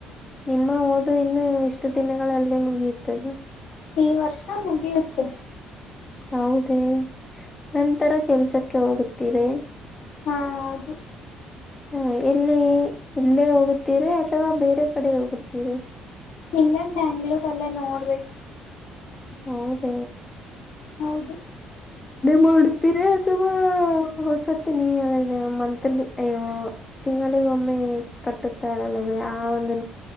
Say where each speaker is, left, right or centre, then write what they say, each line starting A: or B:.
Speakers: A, on the left (about 25°); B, on the left (about 80°).
A: ನಿಮ್ಮ ಓದು ಇನ್ನು ಎಷ್ಟು ದಿನಗಳಗಳಲ್ಲಿ ಮುಗಿಯುತ್ತದೆ.
B: ಈ ವರ್ಷ ಮುಗಿಯತ್ತೆ.
A: ಹೌದ ನಂತರ ಕೆಲ್ಸಕ್ಕೆ ಹೋಗುದ. ತೀರೆ
B: ಹಾ ಹೌದು
A: ಹಾ ಎಲ್ಲಿ- ಇಲ್ಲೇ ಹೋಗುತ್ತೀರ ಅಥವಾ ಬೇರೆ ಕಡೆ ಹೋಗುತ್ತೀರ
B: ಇಲ್ಲ- ಬೆಂಗಳೂರು ಅಲ್ಲೇ ನೋಡ್ಬೇಕು
A: ಹೌದ
B: ಹೌದು
A: ಮಾಡುತ್ತೀರಿ ಅಥವಾ ಹೊಸತಿ ನೀದಿ ಮಂತ್ಲಿ ಅಯ್ಯೋ ತಿಂಗಳಿಗ ಒಮ್ಮೆ ಕಟ್ಟುತ್ತಾರಲ್ಲ ಆ ಒಂದು